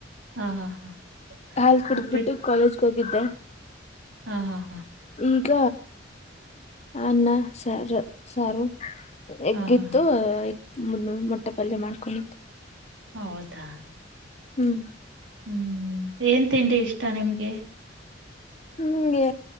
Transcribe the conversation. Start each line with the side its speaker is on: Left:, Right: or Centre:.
Right: ಹಾ ಹಾ ಹಾ
Left: ಹಾಲ್ ಕುಡಿದ್ಬಿಟ್ಟು
Right: ಉಪ್ಪಿಟ್ಟ
Left: ಕಾಲೇಜ್ಗೆ ಹೋಗಿದ್ದೆ
Right: ಹಾ ಹಾ ಹಾ
Left: ಈಗ ಅನ್ನ ಸಾರ ಸಾರು ಎಗ್ಗಿತ್ತುಗ್
Right: ಹಾ ಹಾ ಹಾ
Left: ಮು ಮೊಟ್ಟೆ ಪಲ್ಯ ಮಾಡ್ಕೊಂಡಿದೇ
Right: ಹ ಹೌದಾ
Left: ಹ್ಮ್
Right: ಹ್ಮ್ ಏನ್ ತಿಂಡಿ ಇಷ್ಟ ನಿಮ್ಗೆ
Left: ಹ್ಮಗೆ